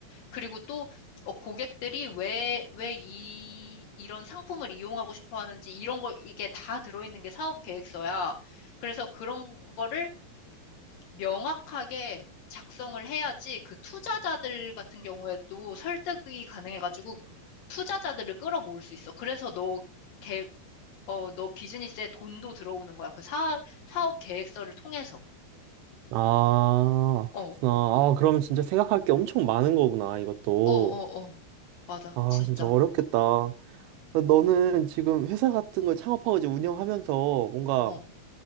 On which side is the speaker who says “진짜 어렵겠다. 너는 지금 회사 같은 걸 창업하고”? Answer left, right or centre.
Right